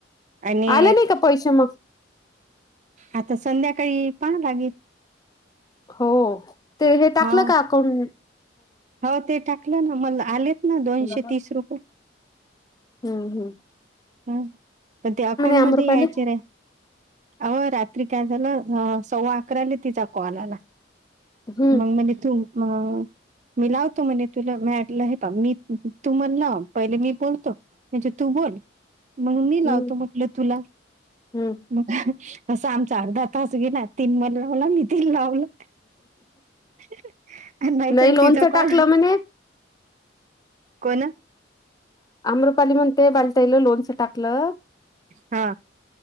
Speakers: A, on the right; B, on the left.
A: आणि
B: आले नाही का पैसे मग
A: आता संध्याकाळी पहा लागेल.
B: हो ते हे टाकलं
A: हा
B: का अकाउंट.
A: हो ते टाकलं ना मला आलेत ना दोनशे
B: हम्म
A: तीस रुपये.
B: हम्म हम्.
A: काय तर ते अकाउंट
B: अमृपाली
A: मध्ये यायचे रे अहं रात्री काय झालं सव्वा अकराला तिचा कॉल आला
B: हम्म
A: मगं मले तुम ह मी लावतो म्हणे तुला मी म्हंटल हे पहा मी तू मला लाव पहिले मी बोलतो. म्हणजे तू बोल मग मी
B: हम्म
A: लावतो म्हटलं तुला
B: हम्म
A: मग असं आमचा अर्धा तास गेला तीन महिने लावला मी ति लावलं <unintelligible> आणि माहित
B: नाही लोनचं
A: तिचा कॉल
B: टाकलं म्हणे
A: कोण
B: अमृपाली म्हणते बाली ताईनं लोणचं टाकलं
A: हा